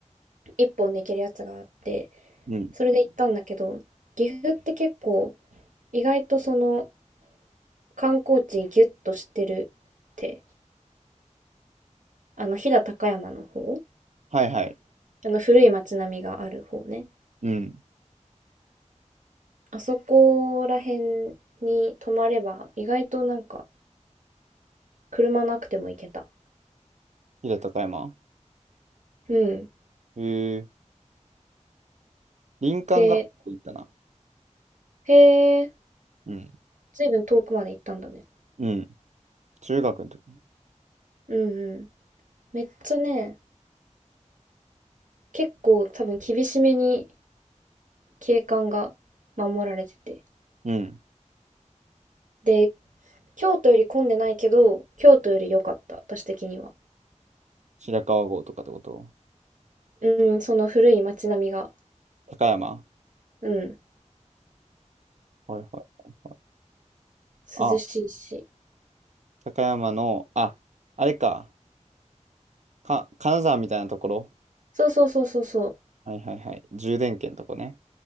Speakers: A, on the right (about 85°); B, on the right (about 65°).
A: 一本できるやつがあって、
B: うん。
A: それで行ったんだけど、岐阜って結構意外とその観光地ギュッとしてるって、あの飛騨高山の方、
B: はいはい。
A: あの古い町並みがある方ね。
B: うん。
A: あそこら辺に泊まれば、意外となんか、車なくても行けた。
B: 飛騨高山。
A: うん。
B: へえ、林間学校行ったな。
A: で、へえ、
B: うん。
A: ずいぶん遠くまで行ったんだね。
B: うん。中学の時。
A: うんうん。めっちゃね、結構多分厳しめに景観が守られてて。
B: うん。
A: で、京都より混んでないけど、京都より良かった、私的には。
B: 白川郷とかってこと
A: うん、その古い街並みが。
B: 高山
A: うん、
B: はいはいはいはい。
A: 涼しいし。
B: あ、高山の、あ、あれか。か、金沢みたいなところ
A: そうそうそうそうそ
B: はいはいはい。充電圏のとこね。